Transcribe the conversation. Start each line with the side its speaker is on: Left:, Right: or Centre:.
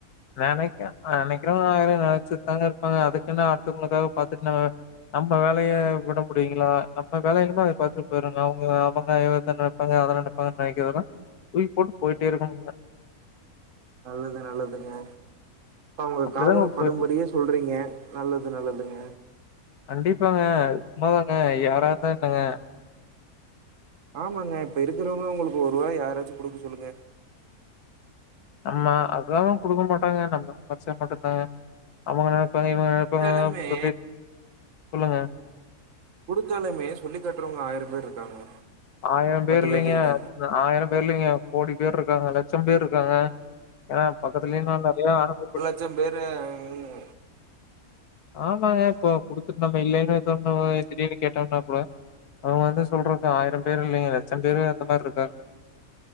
Left: நெனைக்க நெனைக்கறவங்க ஆயிரோ நெனச்சிட்தாங்க இருப்பாங்க அதுக்குனு அடுத்தவங்களுக்காக பாத்துட்டு நம்ம நம்ம வேலய விட முடியுங்களா நம்ம வேல என்னமோ அத பாத்துட் போய்றனு அவுங்க எதன அவங்க எத நெனைப் பாங்க அத நெனைப்பாங்க நெனைக்கறதலா தூக்கி போட்டு போயிட்டே இருக்கணுங்க
Right: நல்லது நல்லதுங்க இப்ப அவுங்க
Left: அப்படிதாங்க
Right: காதுல் படும்படியே
Left: போயிட்டு இருக்கு.
Right: சொல்றீங்க நல்லது நல்லதுங்க
Left: கண்டிப்பாங்க உண்ம தாங்க யாரா இருந்தா என்னங்க
Right: ஆமாங்க இப்ப இருக்கிறவங்க உங்களுக்கு ஒருவாய் யாராச்சு குடுக்க சொல்லுங்க
Left: ஆமா அதுதாங்க குடுக்க மாட்டாங்க நம்ம சம்பார்ச்சா மட்டுந்தாங்க அவங்க நெனைப்பாங்க இவங்க நெனைப்பாங்கனுலா
Right: குடுத்தாலுமே
Left: சொல்லி சொல்லுங்க
Right: குடுத்தாலுமே சொல்லி காட்டுறவங்க ஆயிரம் பேர் இருக்காங்க
Left: ஆயிரம் பேர் இல்லைங்க
Right: பேத்துக்கிட்ட.
Left: ஆயிரம் பேர் இல்லிங்க கோடி பேருக்காங்க அ லட்சம் பேர் இருக்குறாங்க ஏனா பக்கத்துலே நா நெறைய அனுபவ பட்
Right: ஞ்சம் பேரு உ
Left: ஆமாங்க இப்போ குடுத்துட் நம்ம இல்லைன் சொன்னவு திடீனு கேட்டோம்னா கூட அவுங்க வந்து சொல்றக்கு ஆயிரம் பேர் இல்லைங்க லட்சம் பேரு அந்த மாரிருக்காங்க